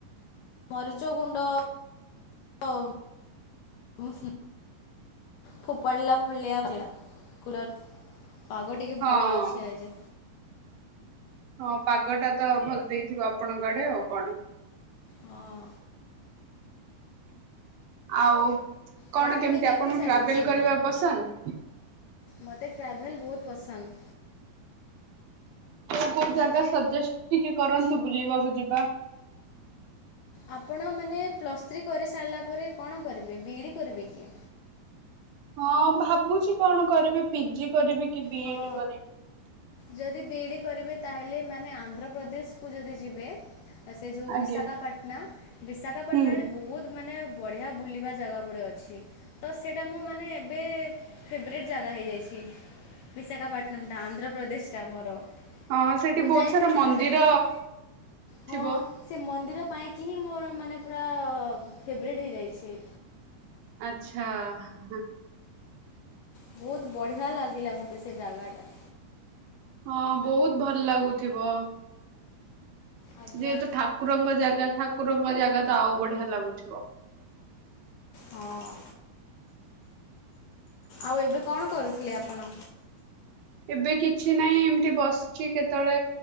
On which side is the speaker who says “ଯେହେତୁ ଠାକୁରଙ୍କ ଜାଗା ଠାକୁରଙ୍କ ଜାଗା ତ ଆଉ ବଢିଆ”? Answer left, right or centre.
Right